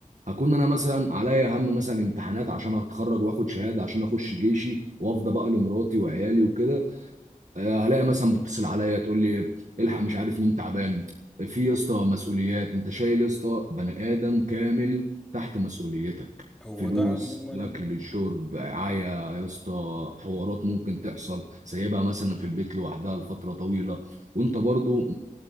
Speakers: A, on the right; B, in the centre.
A: هكون انا مثلا عليا هم مثلا امتحانات عشان اتخرج واخد شهاده عشان اخش جيشي وافضى بقى لمراتي وعيالي وكده آه، هلاقي مثلا بتتصل عليا تقول لي الحق مش عارف مين تعبان في يا اسطى مسؤوليات انت شايل يا اسطى بني ادم كامل تحت مسؤوليتك
B: هو
A: فلوس
B: ده عموما
A: اكل شرب رعايه يا اسطى حوارات ممكن تحصل سايبها مثلا في البيت لوحدها لفتره طويله وانت برضو